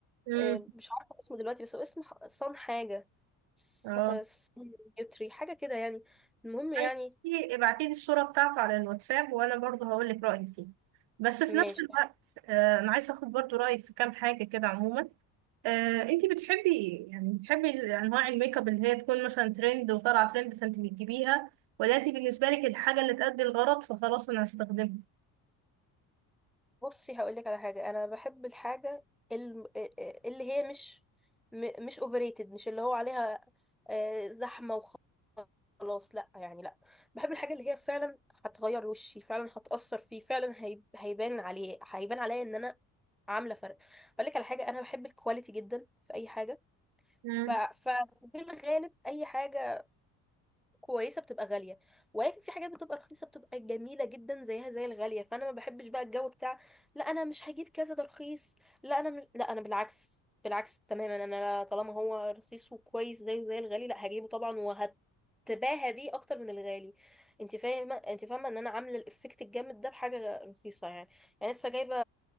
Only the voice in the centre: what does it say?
آه، مش عارفة اسمه دلوقتي بس هو اسم ح- صن حاجة ص-
آه، صن يوتري حاجة كده يعني المهم يعني
ماشي
بصي هقولك على حاجة أنا بحب الحاجة الم- آه، آه، اللي هي مش م- مش overrated مش اللي هو عليها آه، زحمة وخلاص لأ يعني لأ بحب الحاجة اللي هي فعلا هتغير وشي فعلا هتأثر فيه فعلا هي- هيبان عليه هيبان عليا إن أنا عامله فرق اقول لك على حاجه انا بحب الكواليتي جدا في اي حاجه
ف... ف- في الغالب اي حاجه كويسه بتبقى غاليه ولكن في حاجات بتبقى رخيصه بتبقى جميله جدا زيها زي الغاليه فانا ما بحبش بقى الجو بتاع لا انا مش هجيب كذا ده رخيص لا انا مش لا انا بالعكس بالعكس تماما انا طالما هو رخيص وكويس زيه زي الغالي لا هجيبه طبعا وهتباهى بيه اكتر من الغالي انت فاهمه انت فاهمه ان انا عامله الافكت الجامد ده بحاجه رخيصه يعني يعني لسه جايبه